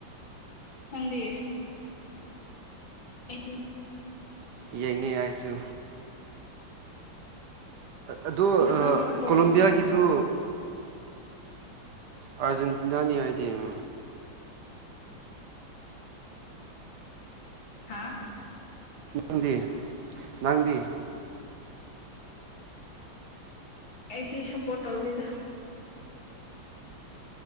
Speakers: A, on the left; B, on the right.
A: ꯅꯪꯗꯤ ꯑꯩꯗꯤ
B: ꯌꯦꯡꯉꯦ ꯑꯩꯁꯨ ꯑꯗꯨ ꯑ
A: ꯅꯪ ꯁꯞꯄꯣꯔꯠ
B: ꯀꯣꯂꯣꯝꯕꯤꯌꯥꯒꯤꯁꯨ
A: ꯇꯧꯕ ꯉꯝꯕ꯭ꯔꯣ
B: ꯑꯔꯖꯦꯟꯇꯤꯅꯥꯅꯤ ꯑꯥꯏꯗꯤꯦꯝ
A: ꯍꯥꯥ
B: ꯅꯪꯗꯤ ꯅꯪꯗꯤ
A: ꯑꯩꯗꯤ ꯁꯄꯣꯔꯠ ꯇꯧꯗꯦꯗ